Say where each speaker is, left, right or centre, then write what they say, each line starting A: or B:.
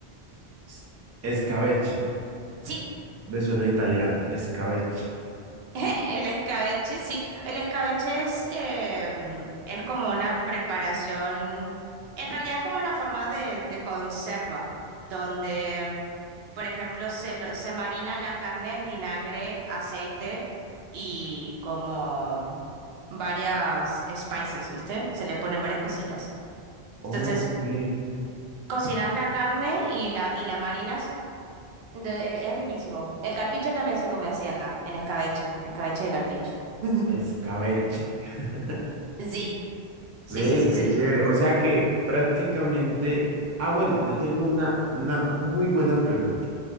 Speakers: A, on the right; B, on the right.
A: s- escabeche.
B: Sí,
A: Me suena italiana, escabeche.
B: <laughs> El escabeche, sí. El escabeche es, em, es como una preparación, en realidad es como una forma de, de conserva, donde, por ejemplo, se, lo- se marina la carne en vinagre, aceite y como varias spices, ¿viste? Se le ponen varias cositas.
A: Ok,
B: Entonces, cocinas la carne y la, y la marinas. De- es es riquísimo. El carpincho también se come así acá, en escabeche, escabeche de carpincho. <laughs>
A: escabeche. <laughs>
B: Sí, Sí,
A: Ve,
B: sí, sí,
A: qué
B: sí.
A: chévere. O sea que prácticamente. Ah, bueno, yo tengo una, una muy buena pregunta.